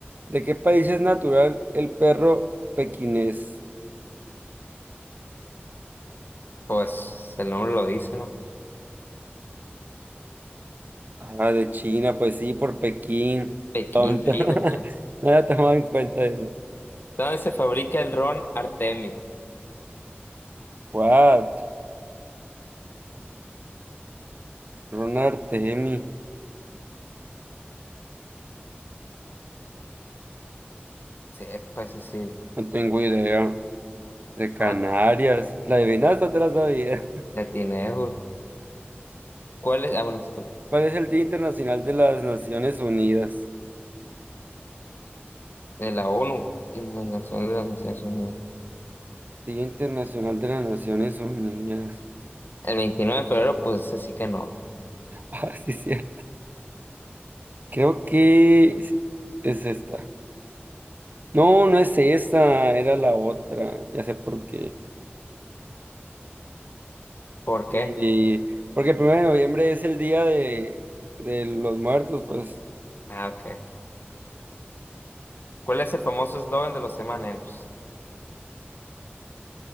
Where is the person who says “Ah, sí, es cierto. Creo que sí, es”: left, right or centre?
Right